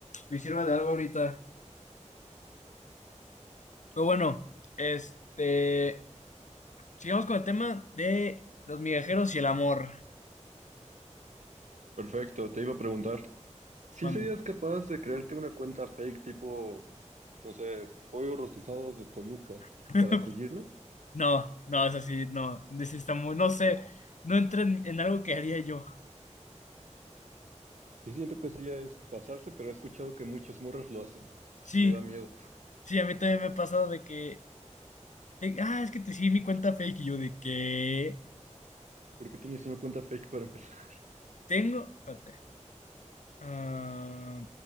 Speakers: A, on the left; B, on the right.
A: me sirva de algo ahorita. Pero bueno, este. Sigamos con el tema de los migajeros y el amor.
B: Perfecto, te iba a preguntar. ¿Sí
A: Mando.
B: serías capaz de crearte una cuenta fake tipo, no sé, pollo rostizados de Toluca
A: <laughs>
B: para seguirle?
A: No, no, es así, no. This está muy, no sé, no entra en, en algo que haría yo.
B: Sí siento que eso ya es pasarse, pero he escuchado que muchas morras lo hacen.
A: Sí,
B: Y me da miedo.
A: sí, a mí también me ha pasado de que, de- ah, es que te sigue mi cuenta fake y yo de que
B: ¿Por qué tienes una cuenta fake para empezar? <laughs>
A: tengo, espérate, ah,